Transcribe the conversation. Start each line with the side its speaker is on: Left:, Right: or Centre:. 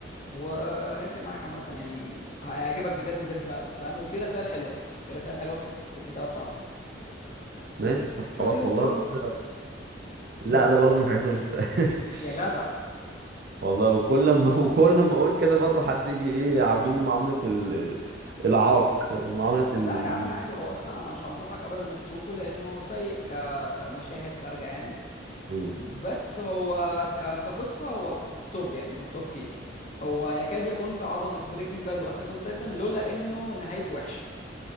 Left: وهيفرق معاك عامه يعني هيعجبك بجد بجد فعلا فاهم وفي رسائل حلوه يعني في رسائل حلوه في الكتابه بتاعته
Right: ماشي طب خلاص
Left: شفت جيم اوف
Right: والله
Left: ثرونز
Right: لا لا ده برضه من الحاجات اللي ما شفتهاش
Left: يا جدع
Right: <laughs> والله وكل لما <laughs> وكل لما اقول كده برضه حد يجي ايه عاملني معامله ال- العاق معامله ال
Left: لا يا عم عادي هو اصلا انا مش هنصحك ابدا انك تشوفه لانه سيء ك... كمشاهد خارجه يعني
Right: مم.
Left: بس هو ك... كقصة هو توب يعني هو توب تير هو يكاد يكون في عظمة بريكنج باد واتاك اون تايتن لولا انه نهايته وحشة